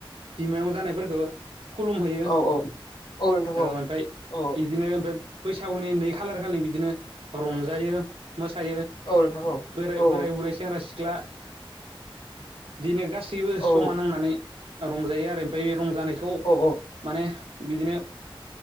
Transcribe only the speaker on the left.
औ औ औ नोंथां
औ
औ
औ नोंथां औ
औ
औ
औ